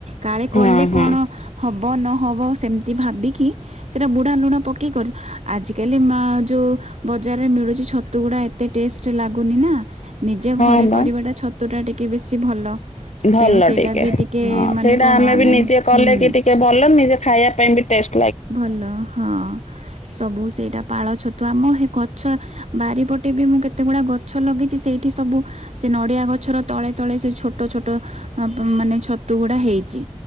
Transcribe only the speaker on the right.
କାଳେ କଲେ
କଣ
ହବ ନହବ ସେମିତି ଭାବିକି ସେଟା ବୁଢା ଲୁଣ ପ କି କରି ଆଜିକାଲି ମା ଯୋଉ ବଜାରରେ ମିଳୁଛି ଛତୁଗୁଡ଼ା ଏତେ ଟେଷ୍ଟ ଲାଗୁନି ନା ନିଜେ
ଘରେ
କରିବାଟା ଛତୁ ଟା ଟିକେ ବେଶୀ ଭଲ।
ତେଣୁ ସେଇଟା
ବି
ମାନେ
କଣ
ହୁଁ।
ଭଲ। ହଁ, ସବୁ ସେଇଟା ପାଳ ଛତୁ ଆମ ହେ ଗଛ ବାରିପଟେ ବି ମୁଁ କେ କେତେ ଗୁଡା ଗଛ ଲଗେଇଛି ସେଇଠି ସବୁ ସେ ନଡିଆ ଗଛର ତଳେ ତଳେ ସେ ଛୋ ଛୋଟ ଛୋଟ ଅପ୍ ମାନେ ଛତୁ ଗୁଡା ହେଇଛି।